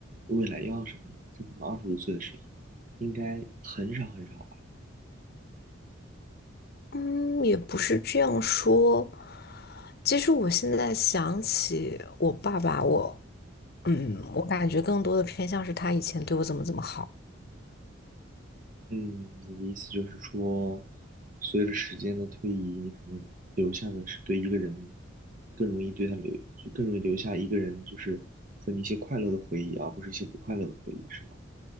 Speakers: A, on the right; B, on the left.
A: 未来要什么呢在他们二十五岁的时候，应该很少很少吧。
B: 嗯，也不是这样说。其实我现在想起我爸爸，我嗯，我感觉更多的偏向是他以前对我怎么怎么好。
A: 嗯，你的意思就是说，随着时间的推移，你可能留下的是对一个人更容易对他留，就更容易留下一个人，就是和你一些快乐的回忆，而不是一些不快乐的回忆，是吗？